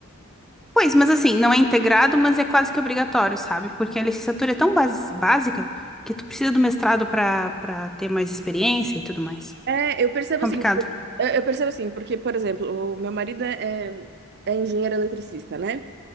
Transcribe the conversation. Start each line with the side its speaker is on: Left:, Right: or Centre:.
Centre: Pois, mas assim, não é integrado, mas é quase que obrigatório, sabe? Porque a licenciatura é tão bas- básica que tu precisa do mestrado para para ter mais experiência e tudo mais.
Right: É, eu percebo
Centre: Complicado.
Right: assim, eu eu percebo assim, porque, por exemplo, o meu marido é, é engenheiro eletricista, né?